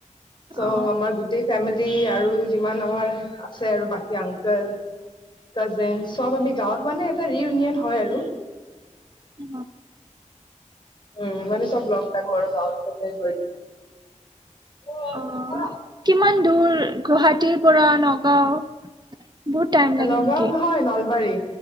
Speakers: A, on the left (about 40°); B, on the right (about 35°).
A: ত'
B: অ
A: আমাৰ গোটেই ফেমিলি আৰু যিমান আমাৰ আছে আৰু বাকী আংকল কাজিন চব আমি গাঁৱত মানে এটা ৰিউনিয়ন হয় আৰু
B: উ
A: উম মানে চব লগলাগো আৰু গাঁৱত গৈ কেনে।
B: অ কিমান দূৰ গুৱাহাটীৰ পৰা নগাও বহুত টাইম লাগে
A: নগাঁও
B: নেকি
A: নহয় নলবাৰী